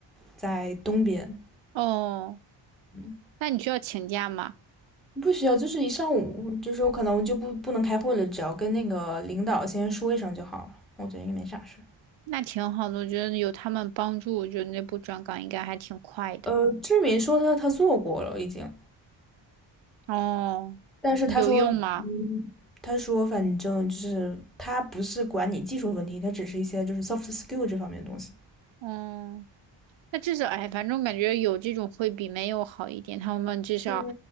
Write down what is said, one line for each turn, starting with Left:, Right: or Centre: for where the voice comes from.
Centre: 在东边。
Right: 哦。
Centre: 嗯
Right: 那你需要请假吗？
Centre: 不需要，就是一上午，就是我可能就不不能开会了，只要跟那个领导先说一声就好了。我觉得应该没啥事。
Right: 那挺好的，我觉得有他们帮助，我觉得那部转岗应该还挺快的。
Centre: 呃，志敏说他他做过了已经，
Right: 哦，
Centre: 但是他说，
Right: 有用吗？
Centre: 嗯，他说反正就是他不是管你技术问题，他只是一些就是 soft skill 这方面的东西。
Right: 嗯，那至少哎，反正我感觉有这种会比没有好一点。他们至少
Centre: 嗯，